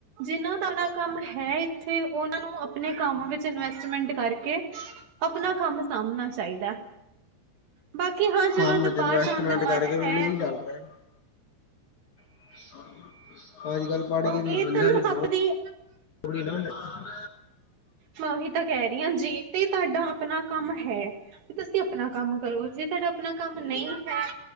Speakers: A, on the right; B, on the left.
A: ਜਿੰਨਾਂ ਘਰ ਦਾ ਕੰਮ ਹੈ ਇੱਥੇ ਉਹਨਾਂ ਨੂੰ ਆਪਣੇ ਕੰਮ ਵਿਚ ਇਨਵੈਸਟਮੈਂਟ ਕਰਕੇ ਆਪਣਾ ਕੰਮ ਸਾਂਭਣਾ ਚਾਹੀਦਾ। ਬਾਕੀ ਹਾਂ ਜਿਹਨਾਂ
B: ਕੰਮ
A: ਦਾ
B: ਚ ਇਨਵੈਸਟਮੈਂਟ
A: ਬਾਹਰ ਜਾਣ ਦਾ ਮਨ
B: ਕਰਕੇ ਵੀ
A: ਹੈ
B: ਨਹੀਂ ਚੱਲ ਸਕਦਾ। <inaudible> ਅੱਜ ਕੱਲ ਪੜ੍ਹ ਕੇ ਵੀ
A: ਇਹ
B: ਬੰਦਿਆਂ
A: ਤਾਂ ਨਾ
B: ਨੂੰ ਜੌਬ
A: ਆਪਣੀ
B: ਥੋਡੀ ਨਾ ਮਿਲ ਰੀ।
A: ਮੈਂ ਉਹੀ ਤਾਂ ਕਹਿ ਰਹੀ ਹਾਂ ਜੀ ਤੇ ਤੁਹਾਡਾ ਆਪਣਾ ਕੰਮ ਹੈ। ਤੁਸੀਂ ਆਪਣਾ ਕੰਮ ਕਰੋ ਜੇ ਤੁਹਾਡਾ ਆਪਣਾ ਕੰਮ ਨਹੀਂ ਹੈ